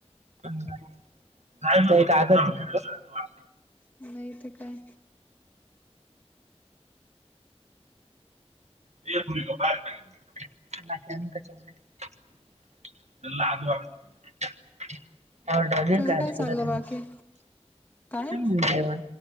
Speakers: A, on the right (about 85°); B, on the left (about 15°).
A: <unintelligible> काय करत वा.
B: नाही तर काय.
A: <unintelligible> बायकांना हिकडच्या घरात, ते लाज वाट <unintelligible> काय
B: तुझं काय चाललं
A: म्हनाव
B: बाकी? काय?
A: देवा,